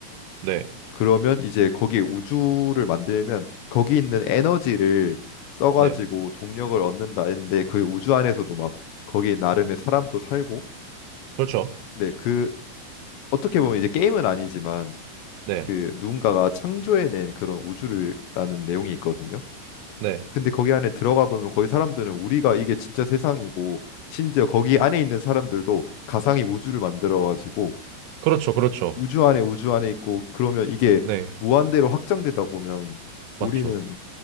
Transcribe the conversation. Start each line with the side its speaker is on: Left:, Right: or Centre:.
Right: 네,
Left: 그러면 이제 거기에 우주를 만들면 거기 있는 에너지를 써가지고
Right: 네.
Left: 동력을 얻는다 했는데 그 우주 안에서도 막 거기 나름의 사람도 살고
Right: 그렇죠.
Left: 네, 그 어떻게 보면 이제 게임은 아니지만
Right: 네,
Left: 그 누군가가 창조해낸 그런 우주를라는 내용이 있거든요.
Right: 네.
Left: 근데 거기 안에 들어가 보면 거기 사람들은 우리가 이게 진짜 세상이고 심지어 거기 안에 있는 사람들도 가상의 우주를 만들어 가지고
Right: 그렇죠, 그렇죠.
Left: 우주 안에 우주 안에 있고 그러면 이게
Right: 네,
Left: 무한대로 확장되다 보면 우리는
Right: 맞죠.